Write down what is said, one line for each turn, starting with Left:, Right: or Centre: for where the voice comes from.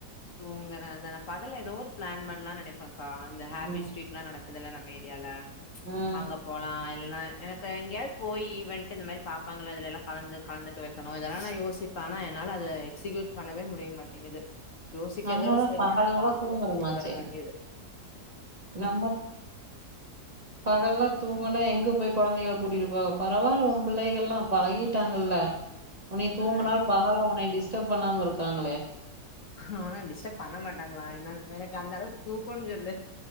Left: தூங்கர அதத பகல்ல ஏதோ ஒரு பிளான் பண்லா நெனப்பேக்கா இந்த ஹாப்பி
Right: ம்
Left: ஸ்ட்ரீட்லா நடக்குதுல ந மீடியால
Right: ம்
Left: அங்க போலா இல்ல எனக்கு எங்கயாவது போய் ஈவன்ட் இந்த மாரி பாபாங்களா அதுலெல்லா கலந்து கலந்துக்க வைக்கணு அதெல்லா நா யோசிப்பா ஆனா என்னால அத எக்ஸிக்யூட் பண்ணவே முடிய மாட்டேங்குது யோசிக்கிறதோட
Right: நம்மதா
Left: சரி
Right: பகல்லா
Left: ஆனா வாங்கிய
Right: தூங்குறோமாச்சே
Left: ஒத்து வர மாட்டேது
Right: நம்ம பகல்லா தூங்கனா எங்க போய் கொழந்தைகளுக்கு கூட்டிட்டு போக பரவால்ல ஓ புள்ளைகள்லா பழகிட்டாங்கல்ல உன்னை தூங்குனா
Left: ஆ
Right: பரவா உன்ன டிஸ் டிஷ்டப் பண்ணாம இருக்காங்ளே
Left: ஆ டிஸ்டர்ப் பண்ண மாட்டாங்ளா என்ன எனக்கு அந்தளவுக்கு தூக்கன்னு சொல்லு